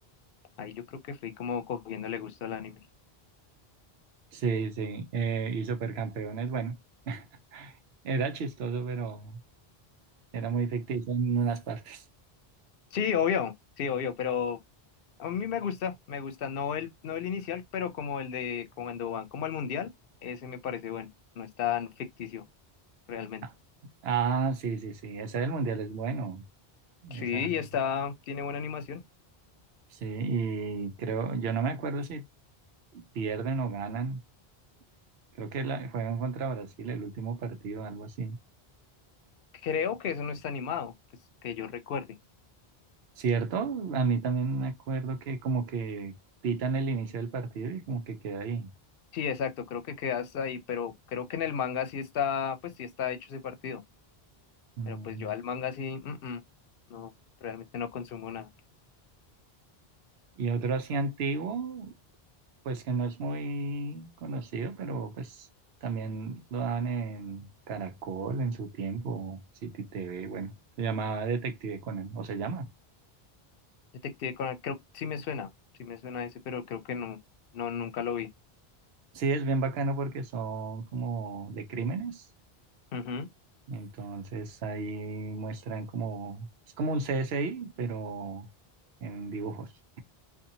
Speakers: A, on the left; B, on the right.
A: Ahí yo creo que fui como cogiéndole gusto al anime.
B: Sí, sí, eh, y Supercampeones, bueno, <laughs> era chistoso, pero era muy ficticio en unas partes.
A: Sí, obvio, sí, obvio, pero a mí me gusta, me gusta, no el, no el inicial, pero como el de cuando van como al mundial, ese me parece bueno, no es tan ficticio realmente.
B: Ah, ah, sí, sí, sí, ese del Mundial es bueno.
A: Sí,
B: Esa,
A: y está, tiene buena animación.
B: sí, y creo, yo no me acuerdo si pierden o ganan. Creo que la, juegan contra Brasil el último partido, algo así.
A: Creo que eso no está animado, pues que yo recuerde.
B: ¿Cierto? A mí también me acuerdo que como que pitan el inicio del partido y como que queda ahí.
A: Sí, exacto, creo que queda hasta ahí, pero creo que en el manga sí está, pues sí está hecho ese partido,
B: Mm.
A: pero pues yo al manga sí, mm, mm, no, realmente no consumo nada.
B: Y otro así antiguo, pues que no es muy conocido, pero pues también lo daban en Caracol en su tiempo, City T V bueno, se llamaba Detective Conan, o se llama.
A: Detective Conan, creo, sí me suena, sí me suena ese, pero creo que no, no, nunca lo vi.
B: Sí, es bien bacano porque son como de crímenes,
A: Ujú,
B: entonces ahí muestran como, es como un C S I pero en dibujos,